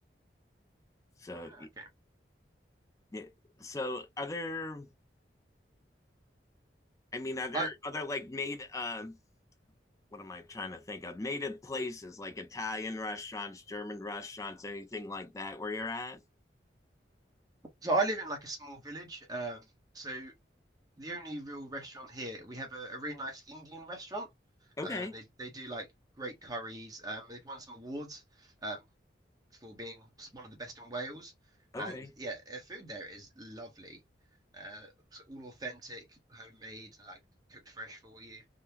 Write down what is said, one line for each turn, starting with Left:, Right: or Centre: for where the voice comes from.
Left: so,
Right: Yeah, okay.
Left: yeah. So, are there, I mean, are there
Right: I
Left: other like made, uh, what am I trying to think of? Native places like Italian restaurants, German restaurants, anything like that where you're at?
Right: so I live in like a small village. Um, so the only real restaurant here, we have a, a really nice Indian restaurant.
Left: Okay.
Right: Uh, they they do like great curries. Um, they've won some awards. Um, for being one of the best in Wales.
Left: Okay.
Right: And yeah, the food there is lovely. Uh, so all authentic, homemade, like cooked fresh for you.